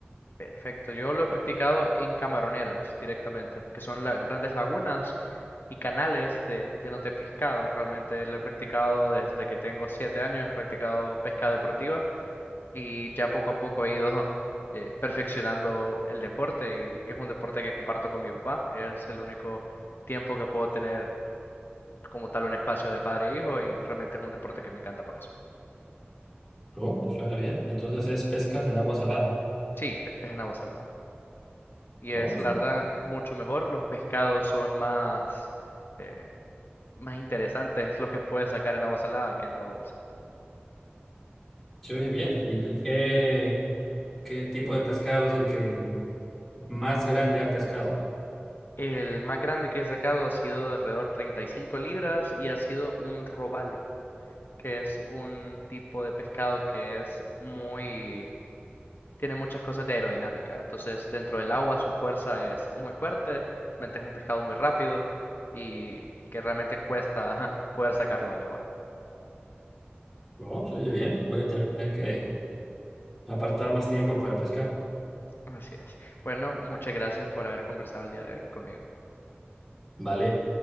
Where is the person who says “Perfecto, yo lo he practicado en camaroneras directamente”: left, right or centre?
Left